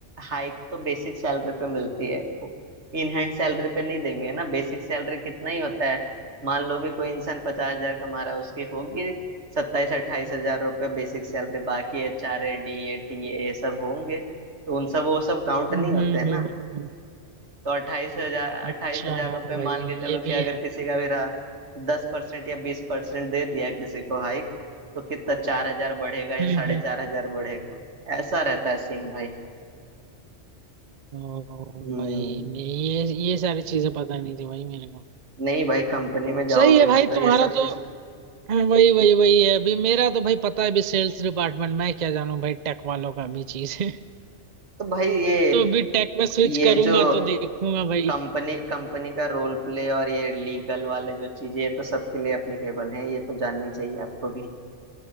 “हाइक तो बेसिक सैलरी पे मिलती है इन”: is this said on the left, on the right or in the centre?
Right